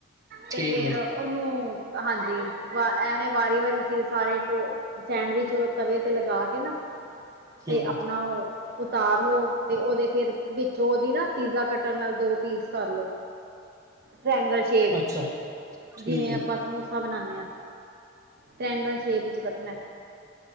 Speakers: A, on the right; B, on the right.
A: ਤੇ
B: ਠੀਕ
A: ਫੇਰ
B: ਹੈ
A: ਉਨੂੰ ਹਾਂਜੀ ਵ ਐਵੇਂ ਵਾਰੀ ਵਾਰੀ ਫਿਰ ਸਾਰੇੋ ਸੈਂਡਵਿਚ ਉ ਤਵੇ ਤੇ ਲਗਾ ਕੇ ਨਾ ਤੇ
B: ਹੂੰ
A: ਆਪਣਾ ਉ ਉਤਾਰ ਲੋੋ ਤੇ ਉਹਦੇ ਫੇਰ ਵਿੱਚੋਂ ਉਹਦੀ ਨਾ ਪੀਜ਼ਾ ਕੱਟਰ ਨਾਲ ਦੋ ਪੀਸ ਕਰਲੋ ਟ੍ਰੇਗਲ ੇ ਵਿੱਚ
B: ਅੱਛਾ ਠੀਕ
A: ਜਿਵੇਂ
B: ਹੈ
A: ਆਪਾਂ ਸਮੋਸੇ ਬਨਾਉਦੇ ਆ ਟ੍ਰੈਂਗਲ ਸ਼ੇਪ ਚ ਕੱਨਣੇ